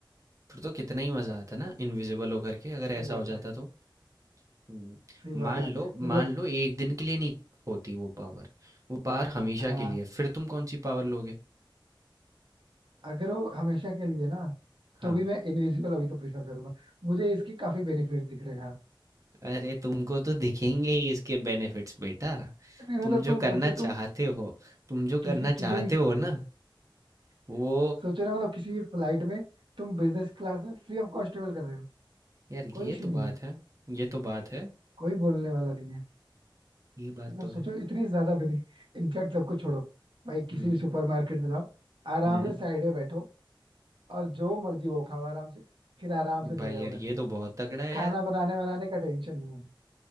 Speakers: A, on the right; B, on the right.
A: फिर तो कितना ही मज़ा आता ना इनविजिबल होकर के अगर ऐसा
B: सही बात
A: हो
B: है
A: जाता तो हम्म,
B: सही बात
A: मान
B: है
A: लो
B: मतलब
A: मान लो एक दिन के लिए नहीं होती वो पावर वो पावर हमेशा
B: हाँ
A: के लिए फिर तुम कौन सी पावर लोगे
B: अगर वो हमेशा के लिए ना
A: हाँ
B: तो भी मैं इनविजिबल अभी तो प्रेफर करूंगा मुझे इसके काफी बेनिफिट्स दिख रहे हैं यार
A: अरे तुमको तो दिखेंगे ही इसके बेनिफिट्स बेटा
B: नहीं,
A: तुम
B: मतलब
A: जो
B: तुम
A: करना
B: सोचो तुम
A: चाहते हो तुम जो
B: किसी
A: करना
B: किसी
A: चाहते
B: भी
A: हो ना वो
B: सोचो ना मतलब किसी भी फ्लाइट में तुम बिजनेस क्लास में फ्री ऑफ कॉस्ट ट्रेवल कर रहे हो
A: यार ये
B: कोई इशू
A: तो
B: नहीं
A: बात
B: है
A: है ये तो बात है
B: कोई बोलने वाला नहीं है
A: ये बात
B: मतलब
A: तो
B: सोचो
A: है
B: इतनी ज्यादा बेनिफिट इनफैक्ट सबको छोड़ो भाई किसी
A: हम्म
B: भी सुपरमार्केट में जाओ आराम
A: हम्म
B: से साइड में बैठो और जो मर्जी वो खाओ आराम से फिर आराम से
A: भाई
B: चले आओ
A: यार
B: घर
A: ये
B: पे
A: तो बहुत तगड़ा है
B: खाना
A: यार
B: बनाने बनाने का टेंशन नहीं है